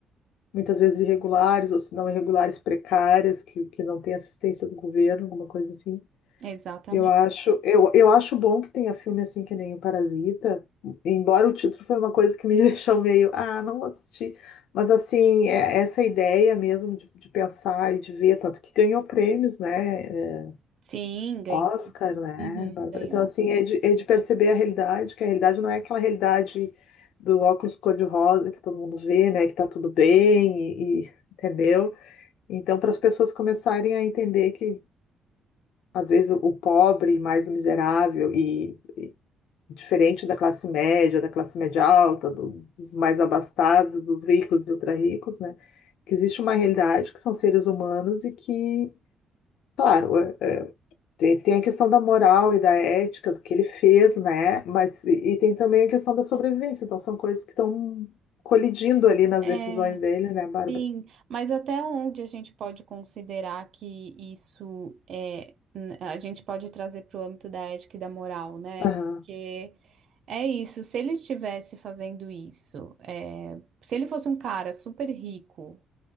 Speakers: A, on the left; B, on the right.
A: muitas vezes irregulares, ou se não irregulares, precárias, que, que não tem assistência do governo, alguma coisa assim.
B: Exatamente.
A: Eu acho, eu, eu acho bom que tenha filme assim que nem o Parasita, embora o título foi uma coisa que me <laughs> deixou meio, ah, não vou assistir. Mas assim, é essa ideia mesmo de, de pensar e de ver, tanto que ganhou prêmios, né? é,
B: Sim, ganhou.
A: Oscar, né?
B: Uhum,
A: Bárbara?
B: ganhou.
A: Então, assim, é de, é de perceber a realidade, que a realidade não é aquela realidade do óculos cor-de-rosa que todo mundo vê, né? Que tá tudo bem, e, e- entendeu? Então, para as pessoas começarem a entender que às vezes o o pobre mais o miserável e diferente da classe média, da classe média alta, do- dos mais abastados, dos ricos e ultra-ricos, né? Que existe uma realidade que são seres humanos e que, claro, é- é- tem, tem a questão da moral e da ética, do que ele fez, né? Mas e, e tem também a questão da sobrevivência. Então são coisas que estão colidindo ali nas
B: É,
A: decisões dele, né, Bárbara?
B: sim, mas até onde a gente pode considerar que isso é, n- a gente pode trazer para o âmbito da ética e da moral, né?
A: Aham,
B: Porque é isso, se ele estivesse fazendo isso, é, se ele fosse um cara super rico